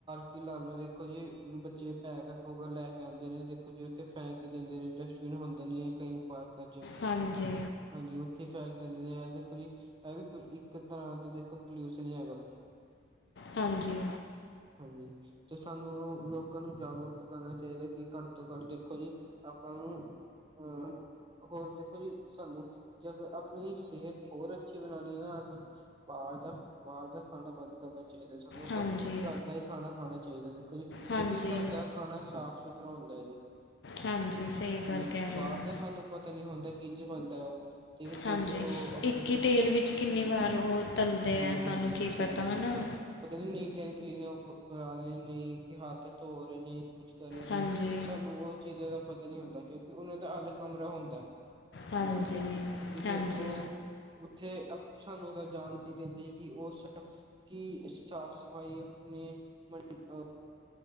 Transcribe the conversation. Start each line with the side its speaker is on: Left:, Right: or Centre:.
Right: ਕਿ ਲਾ ਲੋੋ ਦੇਖੋ ਜੀ ਬੱਚੇ ਪੈਕੇਟ ਪੋਕਟ ਲੈ ਕੇ ਆਉਂਦੇ ਨੇ ਦੇਖੋ ਜੀ ਉੱਥੇ ਫੈਂਕ ਦਿੰਦੇ ਨੇ ਡਸਟਬਿਨ ਹੁੰਦਾ ਨਹੀ ਹੈ ਕਈ ਪਾਰਕਾਂ ਚ
Left: ਹਾਂਜੀ
Right: ਹਾਂਜੀ ਉੱਥੇ ਫੈਕ ਦਿੰਦੇ ਨੇ ਇਹ ਦੇਖੋ ਜੀ, ਇਹ ਵੀ ਇੱਕ ਤਰ੍ਹਾਂ ਦਾ ਦੇਖੋ ਪਲਿ ਸਨੀ ਹੈਗਾ
Left: ਹਾਂਜੀ
Right: ਹਾਂਜੀ ਤੇ ਸਾਨੂੰ ਲੋਕਾਂ ਨੂੰ ਜਾਗਰੂਕ ਕਰਨਾ ਚਾਹੀਦਾ ਕਿ ਘੱਟ ਤੋਂ ਘੱਟ ਦੇਖੋ ਜੀ ਆਪਾਂ ਨੂੰ ਅਹ ਹੋਰ ਦੇਖੋ ਜੀ ਸਾਨੂੰ ਜ ਆਪਣੀ ਸਿਹਤ ਹੋਰ ਅੱਛੀ ਬਣਾਉਣੀ ਹੈ ਨਾ ਬਾਹਰ ਦਾ ਬਾਹਰ ਦਾ ਖਾਣਾ ਬੰਦ ਕਰਨਾ ਚਾਹੀਦਾ ਸਾਨੂੰ ਆਪਾਂ
Left: ਹਾਂਜੀ
Right: ਘਰ ਦਾ ਹੀ ਖਾਣਾ ਖਾਣਾ ਚਾਹੀਦਾ ਜੀ ਕਿਉਂਕਿ
Left: ਹਾਂਜੀ
Right: ਘਰ ਦਾ ਖਾਣਾ ਸਾਫ਼ ਸੁਥਰਾ ਹੁੰਦਾ ਜੀ
Left: ਹਾਂਜੀ ਸਹੀ
Right: ਹਾਂਜੀ
Left: ਗੱਲ ਕਹਿ ਰਹੇ
Right: ਬਾਹਰ
Left: ਹੋ
Right: ਦਾ ਸਾਨੂੰ ਪਤਾ ਨਹੀਂ ਹੁੰਦਾ ਕਿੰਝ ਬਣਦਾ ਉਹ ਠੀਕ ਕਿੰਝ
Left: ਹਾਂਜੀ
Right: ਉਹ ਆਪਣੇ
Left: ਇੱਕ ਹੀ ਤੇਲ ਵਿੱਚ ਕਿੰਨੀ
Right: ਹਾਂਜੀ-
Left: ਵਾਰ ਉਹ ਤਲਦੇ
Right: ਹਾਂਜੀ
Left: ਆ ਸਾਨੂੰ
Right: ਹਾਂਜੀ
Left: ਕੀ
Right: ਸਹੀ
Left: ਪਤਾ
Right: ਗੱਲ
Left: ਨਾ
Right: ਹੈ ਜੀ ਪਤਾ ਨੀ ਨੀਟ ਐਂ ਕਲੀਨ ਉਹ ਰਹੇ ਨਹੀਂ ਤੇ ਹੱਥ ਧੋ ਰਹੇ ਨੇ ਕੁਛ ਕਰ ਰਹੇ ਨੇ
Left: ਹਾਂਜੀ
Right: ਸਾਨੂੰ ਉਹ ਚੀਜ਼ਾਂ ਦਾ ਪਤਾ ਨਹੀਂ ਹੁੰਦਾ ਕਿਉਂਕਿ ਉਹਨਾਂ ਦਾ ਅਲੱਗ ਕਮਰਾ ਹੁੰਦਾ
Left: ਹਾਂਜੀ
Right: ਬਣਾਉਣ ਦਾ, ਠੀਕ
Left: ਹਾਂਜੀ
Right: ਹੈ ਉਹ ਉੱਥੇ ਸਾਨੂੰ ਇਹਦਾ ਜਾਣ ਨਹੀਂ ਦਿੰਦੇ ਕਿ ਉਹ ਕੀ ਸਾਫ਼ ਸਫ਼ਾਈ ਆਪਣੇ ਅ